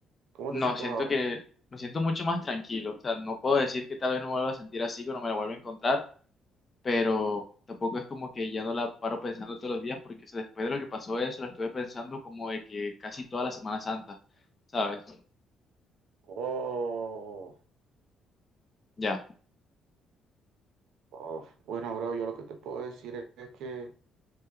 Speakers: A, on the right (about 80°); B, on the left (about 25°).
A: ¿cómo
B: No,
A: te sientes
B: siento
A: ahora?
B: que me siento mucho más tranquilo. O sea, no puedo decir que tal vez no me vuelva a sentir así, que no me la vuelva a encontrar, pero tampoco es como que ya no la paro pensando todos los días, porque o sea, después de lo que pasó eso, la estuve pensando como de que casi toda la Semana Santa, ¿sabes?
A: Oh,
B: Ya.
A: oh, bueno, bro, yo lo que te puedo decir es que,